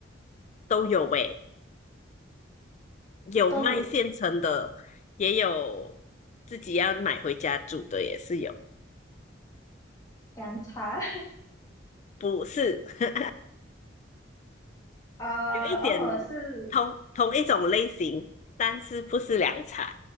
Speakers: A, on the left; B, on the left.
A: 都有诶，有卖现成的，
B: 都有。
A: 也有自己要买回家煮的，也是有。
B: 凉茶，
A: 不是，<laughs>
B: <laughs> 呃，
A: 有一点
B: 哦，是
A: 同同一种类型，但是不是凉茶，